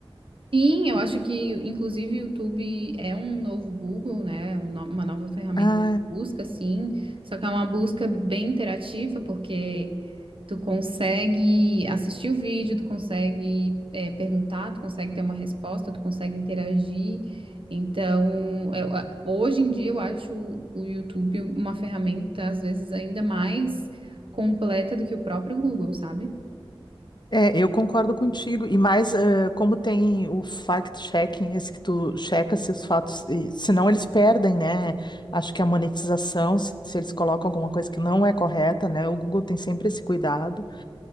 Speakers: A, on the right; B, on the left.
A: Sim, eu acho que, inclusive, o YouTube é um novo Google, né? É Um no- Uma nova ferramenta
B: Ah,
A: de busca, sim. Só que é uma busca bem interativa, porque Tu consegue assistir o vídeo, tu consegue é, perguntar, tu consegue ter uma resposta, tu consegue interagir. Então, eu a- hoje em dia eu acho o YouTube uma ferramenta, às vezes, ainda mais completa do que o próprio Google, sabe?
B: É, eu concordo contigo. E mais, eh, como tem o fact-checking, esse que tu checa se os fatos, e senão eles perdem, né? Acho que a monetização, se, se eles colocam alguma coisa que não é correta, né? O Google tem sempre esse cuidado.